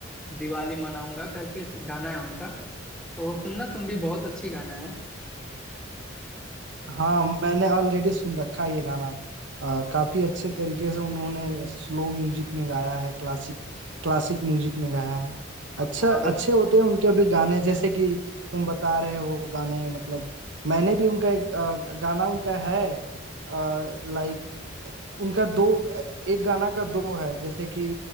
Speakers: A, in the centre; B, on the right.
A: दिवाली मनाऊंगा करके इस- गाना है उनका तो सुनना तुम भी बहुत अच्छी गाना है
B: हाँ मैंने ऑलरेडी सुन रखा है ये गाना अ, काफी अच्छे तरीके से उन्होंने स्लो म्यूजिक में गाया है क्लासिक क्लासिक म्यूजिक में गाया है
A: अ,
B: अच्छा
A: और
B: अच्छे होते हैं उनके भी गाने जैसे कि तुम बता रहे हो गाने मतलब मैंने भी उनका एक अ, गाना उनका है लाइक उनका दो एक गाना का दो है जैसे कि